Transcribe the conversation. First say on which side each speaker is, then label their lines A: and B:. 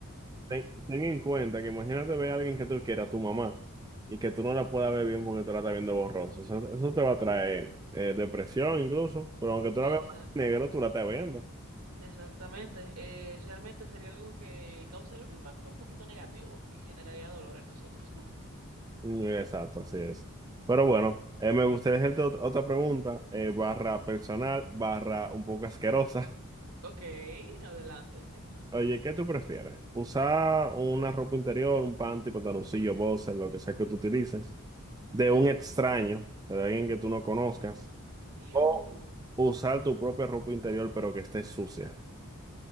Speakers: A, on the right; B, on the right.
A: Ten, ten en cuenta que imagínate ver a alguien que tú quieras, tu mamá, y que tú no la puedas ver bien porque tú la estás viendo borrosa. Eso, eso te va a traer eh, depresión incluso. Pero aunque tú la
B: Exacto,
A: veas blanco y negro, tú la estás viendo.
B: exactamente. Eh, realmente sería algo que causaría un impacto un poquito negativo y generaría dolor en nosotros, ¿no?
A: Mm, Exacto, así es. Pero bueno, eh, me gustaría hacerte ot- otra pregunta, eh, barra personal, barra un poco asquerosa.
B: Ok, adelante.
A: <laughs> Oye, ¿qué tú prefieres? ¿Usar una ropa interior, un panty, pantaloncillo, boxer, lo que sea que tú utilices, de un extraño, de alguien que tú no conozcas,
B: You.
A: o usar tu propia ropa interior pero que esté sucia?